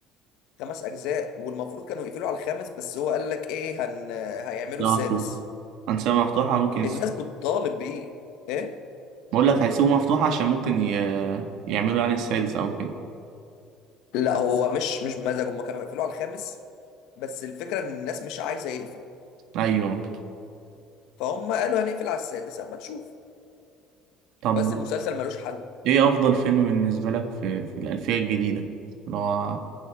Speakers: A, on the left (about 75°); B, on the right (about 65°).
A: خمس اجزاء والمفروض كانوا يقفلوا على الخامس بس هو قال لك ايه هن... هيعملوا
B: لا
A: السادس
B: مفتوح انسان مفتوحه ممكن
A: الناس بتطالب بايه ايه
B: بقول لك هيسيبوه مفتوح عشان ممكن ي... يعملوا يعني السادس او كده
A: لا هو مش مش بمزاج هم كانوا هيقفلوا على الخامس بس الفكره ان الناس مش عايزه يقفل
B: ايوه
A: فهم قالوا هنقفل على السادس اما تشوف
B: طب
A: بس المسلسل ملوش حل
B: ايه افضل فيلم بالنسبه لك في في الالفيه الجديده اللي هو